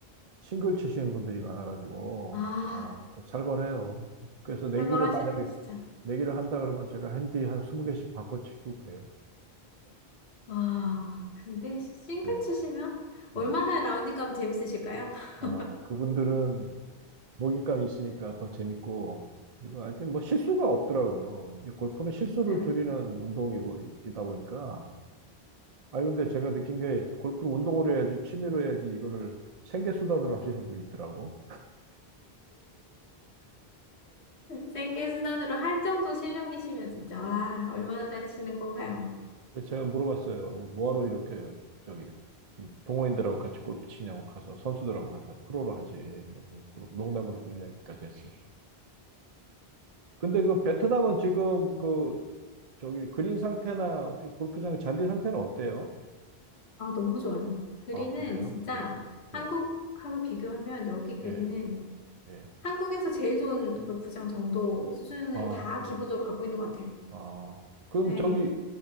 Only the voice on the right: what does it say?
싱글 치시는 분들이 많아가지고
아, 그 살벌해요. 그래서 내기를
만약에
내기를 한다 그러면 제가 핸디 한 20개씩 바꿔 치고 그래요.
예,
예.
아, 그분들은 먹잇감이 있으니까 더 재밌고, 이거 하여튼 뭐 실수가 없더라고요. 이게 골프는 실수를
줄이는 운동이고, 이렇게다 보니까. 아 근데 제가 느낀 게 골프를 운동으로 해야지, 취미로 해야지, 이거를 생계수단으로 하시는 분이 있더라고.
그래서 제가 물어봤어요. 뭐하러 이렇게, 저기, 이 동호인들하고 같이 골프 치냐고 가서, 선수들하고 가서 프로로 하지. 네, 그 농담으로 그런 이야기까지 했어요. 근데 그 베트남은 지금 그, 저기, 그린 상태나 어떻게 골프장 잔디 상태는 어때요?
아, 그래요?
예.
예.
예, 예.
아,
그래요.
아, 그럼
저기